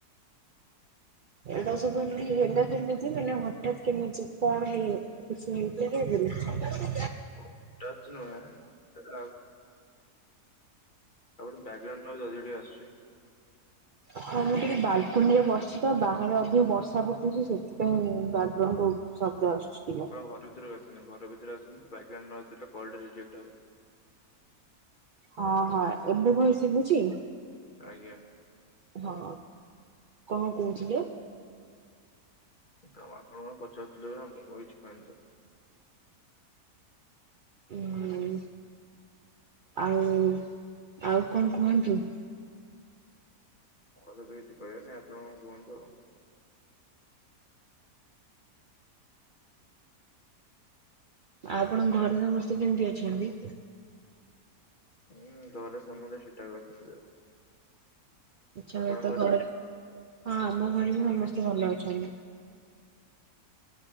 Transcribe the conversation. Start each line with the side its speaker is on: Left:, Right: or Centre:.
Right: ଏଡ଼ା ସବୁ ଏମିତି ହେଲା କେମିତି ମାନେ ହଠାତ୍ କେମିତି କଣ ହେଇ <unintelligible>
Left: ହଟାତ ନୁହେଁ <unintelligible> ଆପଣଙ୍କ ବ୍ୟାଗ୍ରାଉଣ୍ଡ ନଏଜ୍ ଅଧିକ ଟିକେ ଆସୁଚି।
Right: ହଁ ମୁଁ ଟିକେ ବାଲକୁନି ରେ ବସିଛି ତ ବାହାରେ ଅଧିକ ବର୍ଷା ପକଉଛି ସେଥିପାଇଁ ବାଗ୍ରାଉଣ୍ଡ ଶବ୍ଦ ଆସୁଛି ଟିକେ।
Left: ଆପଣ ଘର ଭିତରକୁ ଆସନ୍ତୁ ଘର ଭିତରେ ଆସନ୍ତୁ ବାଗ୍ରାଉଣ୍ଡ ନଏଜ ହେଲେ କଲ ଟା ରିଯେକ୍ଟ ହବ।
Right: ହଁ ହଁ ଏବେ ଭଲ ଶୁଭୁଛି?
Left: ଆଜ୍ଞା।
Right: ହଁ, କଁ କହୁଥିଲେ?
Left: ତ ଆପଣ କଣ ପଚାରୁଥିଲେ ବା ମୁଁ କିଛି କହିନି ତ।
Right: ଉଁ ଆଉ ଆଉ କଣ କୁହନ୍ତୁ।
Left: ମୋର ତ କିଛି କହିବାର ନାଇ ଆପଣ କଣ କୁହନ୍ତୁ।
Right: ଆ ଆପଣଙ୍କ ଘରେ ସମସ୍ତେ କେମିତି ଅଛନ୍ତି?
Left: ଉଁ ଘରେ ସମସ୍ତେ ଠିକ ଠାକ ଅଛନ୍ତି।
Right: ଆଛା
Left: ଆପଣଙ୍କ
Right: ତ
Left: ଘରେ?
Right: ଘ ହଁ ଆମ ଘରେ ବି ସମସ୍ତେ ଭଲ ଅଛନ୍ତି।